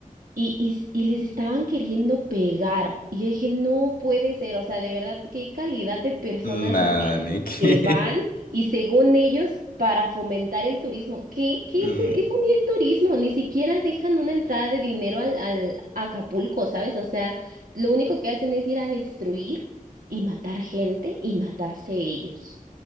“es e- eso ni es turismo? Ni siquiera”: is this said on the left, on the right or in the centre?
Right